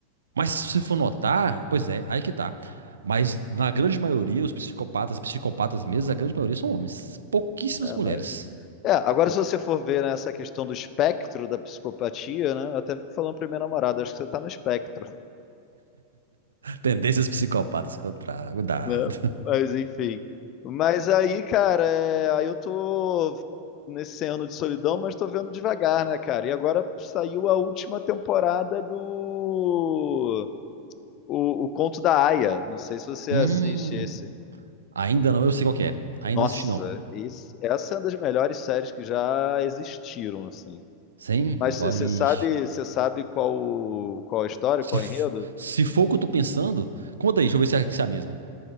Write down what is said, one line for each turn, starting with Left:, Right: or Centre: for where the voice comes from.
Right: Mas se você for notar, pois é, aí que tá. Mas na grande maioria, os psicopatas, psicopatas mesmo, a grande maioria são homens. Pouquíssimas
Left: É, a
Right: mulheres.
Left: maioria. É, agora se você for ver, né, essa questão do espectro da psicopatia, né, eu até fico falando pra minha namorada, acho que você tá no espectro.
Right: Tendências psicopatas contra. Cuidado.
Left: né? Mas enfim. Mas aí, cara, é, aí eu tô nesse ano de solidão, mas tô vendo devagar, né, cara? E agora saiu a última temporada do o, o Conto da Aia. Não sei
Right: <laughs>
Left: se você
Right: Hum.
Left: assiste esse.
Right: Ainda não, eu sei qual que é. Ainda
Left: Nossa,
Right: não assisti, não.
Left: esse- essa é uma das melhores séries que já existiram, assim.
Right: Sim,
Left: Mas
Right: vai.
Left: você sabe, você sabe qual o- qual a história,
Right: Se,
Left: qual
Right: f-
Left: o enredo?
Right: se for o que eu tô pensando, conta aí, deixa eu ver se é, se é a mesma.